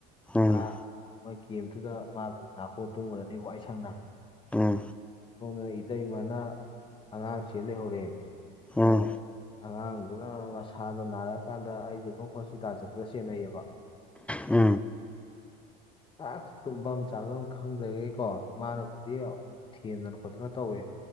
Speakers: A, in the centre; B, on the left.
A: ꯎꯝ
B: ꯑ ꯃꯣꯏ ꯀꯦꯝꯇꯨꯗ ꯃꯥꯕꯨꯗꯤ ꯅꯥꯀꯣ ꯇꯨꯝꯔꯅꯤ ꯋꯥꯏ ꯁꯪꯅ
A: ꯎꯝ
B: ꯑꯣꯝꯗꯅ ꯏꯇꯩꯃꯅ ꯑꯉꯥꯡ ꯁꯦ ꯂꯩꯍꯧꯔꯦ
A: ꯎꯝ
B: ꯑꯗ ꯑꯉꯥꯡꯗꯨꯅ ꯃꯁꯥꯗꯣ ꯅꯥꯔꯛꯑꯀꯥꯟꯗ ꯑꯩꯗꯨꯒ ꯍꯣꯁꯄꯤꯇꯥꯜ ꯆꯠꯄꯗ ꯆꯦꯟꯅꯩꯌꯦꯕ
A: ꯎꯝ
B: ꯉꯥꯛ ꯇꯨꯝꯐꯝ ꯑꯃ ꯆꯥꯐꯝ ꯈꯪꯗ꯭ꯔꯒꯦꯀꯣ ꯏꯃꯥꯅꯕꯨꯗꯤ ꯑꯃꯨ ꯊꯤꯗꯅ ꯈꯣꯠꯇꯅ ꯇꯧꯋꯦ